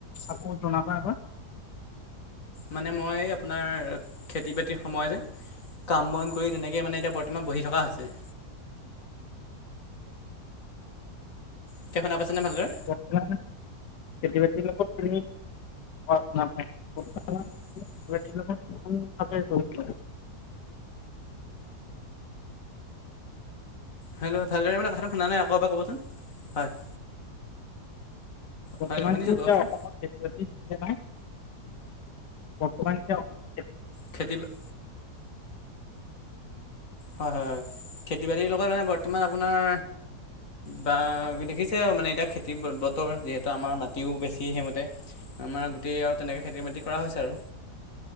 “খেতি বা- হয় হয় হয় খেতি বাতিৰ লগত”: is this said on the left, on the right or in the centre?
Left